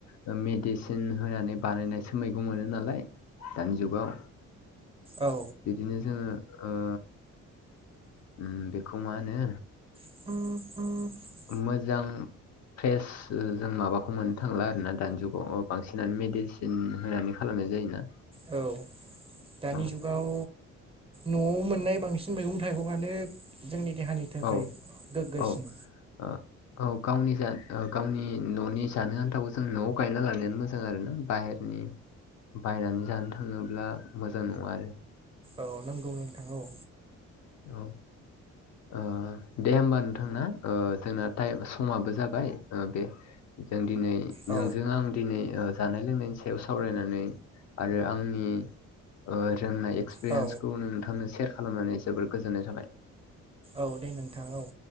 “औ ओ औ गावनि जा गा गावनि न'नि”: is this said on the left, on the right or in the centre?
Left